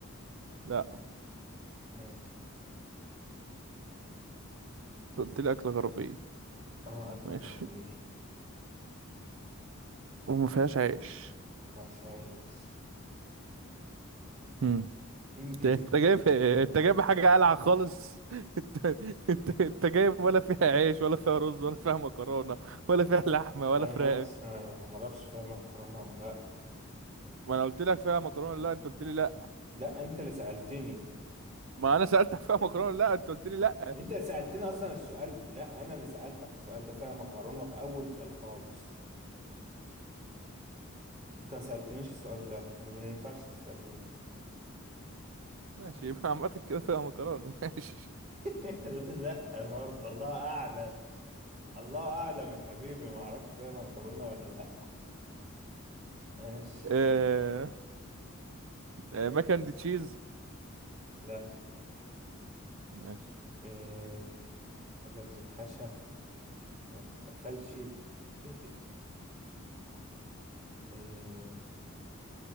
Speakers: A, on the right (about 65°); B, on the right (about 30°).
A: لا
B: ماشي
A: قلت لي أكل غربية
B: اه أكلة
A: ماشي
B: غربية
A: وما فيهاش عيش
B: ما ينفعش عايش
A: امم
B: انجز
A: انت أنت جايب انت جايب حاجة قلعة خالص <laughs> انت انت انت جايب ولا فيها عيش ولا فيها رز ولا فيها مكرونة ولا فيها لحمة ولا
B: انا
A: فراخ
B: ما قلتش انا ما اعرفش فيها مكرونة ولا لا
A: ما انا قلت لك فيها مكرونة لا انت قلت لي لا
B: لا انت اللي سألتني
A: ما انا سألتك فيها مكرونة لا انت قلت لي لا
B: انت سألتني اصلا السؤال لا انا اللي سألتك السؤال ده فيها مكرونة في اول سؤال خالص انت ما سألتنيش السؤال ده وما ينفعش تسأله لي
A: ماشي يبقى عامة كده فيها مكرونة ماشي
B: <laughs> لا برضه الله اعلم الله اعلم يا حبيبي ما اعرفش فيها مكرونة ولا لا ماشي
A: <laughs> آه، آه، مكن دي تشيز
B: لا
A: ماشي
B: إيه حاجة بتتحشى وما بتتقفلش ايه دي إيه